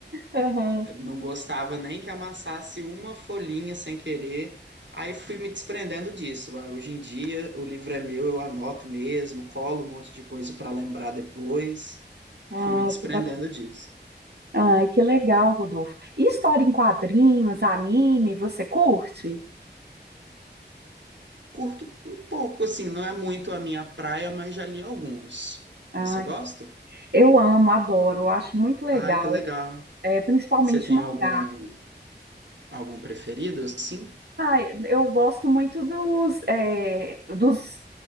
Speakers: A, on the right (about 65°); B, on the right (about 85°).
A: Aham.
B: Não gostava nem que amassasse uma folhinha sem querer. Aí fui me desprendendo disso. Aí, Hoje em dia, o livro é meu, eu anoto mesmo, colo um monte de coisa para lembrar depois.
A: Ah,
B: Fui me desprendendo
A: que bacana.
B: disso.
A: Ai, que legal, Rodolfo. E história em quadrinhos, anime, você curte?
B: Curto um pouco, assim, não é muito a minha praia, mas já li alguns.
A: Ai,
B: Você gosta?
A: eu amo, adoro, eu acho muito legal,
B: Ai, que legal.
A: é, principalmente
B: Você tem
A: mangá.
B: algum algum preferido assim?
A: Ai, eu gosto muito dos, é, dos,